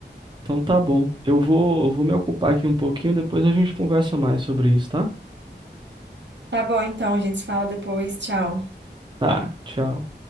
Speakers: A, on the right; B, on the right.
A: Então tá bom. Eu vou, eu vou me ocupar aqui um pouquinho, depois a gente conversa mais sobre isso, tá?
B: Tá bom, então, a gente se fala depois. Tchau.
A: Tá, tchau.